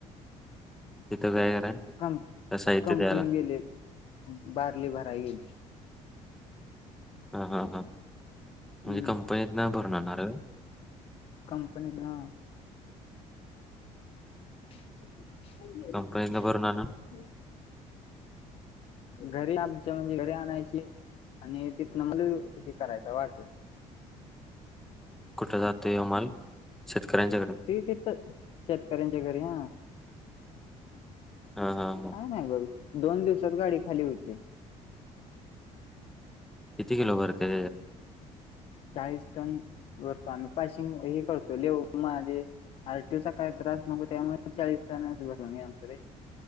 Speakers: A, in the centre; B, on the left (about 45°).
A: तिथं काय कराय
B: क
A: साहित्य
B: कंपनी
A: द्यायला
B: गेले बारले भरा गेले.
A: हा हा हां म्हणजे
B: हम्म
A: कंपनीत ना भरूनणार.
B: कंपनी ना <inaudible>
A: कंपनीतनं भरून <inaudible>
B: घरी आमच्या म्हणजे घरी आणायची आणि तिथन मला हे करायचं वाटलं.
A: कुठ जात यमाल शेतकऱ्यांच्या घडेन
B: ती तिथ शेतकऱ्यांच्या घरी हा.
A: हा हा. हा.
B: काय नाही बघ, दोन दिवसात गाडी खाली होते.
A: किती किलो भरते?
B: चाळीस टन भरतो. आम्ही पाशिंग हे करतो लेह माझे आरटीूचा काय त्रास नको त्यामुळे चाळीस काण्यास ब मी आणतो रे.